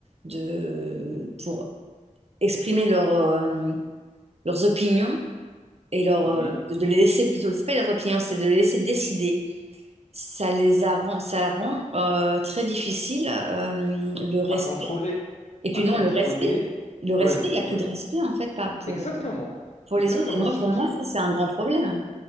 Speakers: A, on the right; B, on the left.
A: de, pour exprimer leur, euh, leurs opinions et leur,
B: oui.
A: euh, de les laisser plutôt, c'est pas leurs opinions, c'est de les laisser décider. Ça les a, rend- ça rend euh, très difficile euh, le respect.
B: À contrôler,
A: Et puis
B: à contrôler.
A: non, le respect, le respect,
B: Oui,
A: il n'y a plus
B: oui,
A: de respect en fait pas pour,
B: exactement.
A: pour
B: Exactement.
A: les autres. Et moi,
B: Surtout,
A: pour moi, ça, c'est un grand problème.